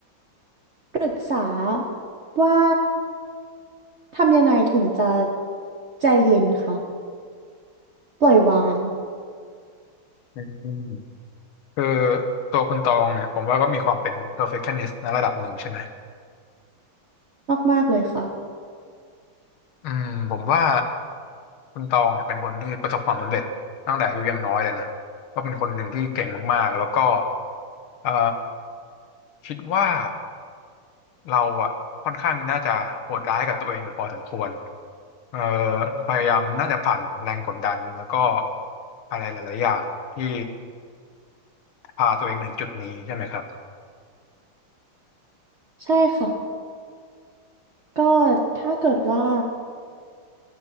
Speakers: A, on the right; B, on the left.
A: ปรึกษาว่าทำยังไงถึงจะใจเย็นคะปล่อยวาง
B: อืมคือตัวคุณตองเนี่ยผมว่าก็มีความเป็น perfectionist ในระดับหนึ่งใช่ไหม
A: มากๆเลยค่ะ
B: อืมผมว่า คุณตองเนี่ยเป็นคนที่ประสบความสำเร็จตั้งแต่อายุยังน้อยเลยนะก็เป็นคนหนึ่งที่เก่งมากๆแล้วก็เอ่อคิดว่าเราอ่ะค่อนข้างน่าจะโหดร้ายกับตัวเองอยู่พอสมควรเอ่อพยายามน่าจะผ่านแรงกดดันแล้วก็อะไรหลายๆอย่างที่พาตัวเองมาถึงจุดนี้ใช่ไหมครับ
A: ใช่ค่ะ ก็ถ้าเกิดว่า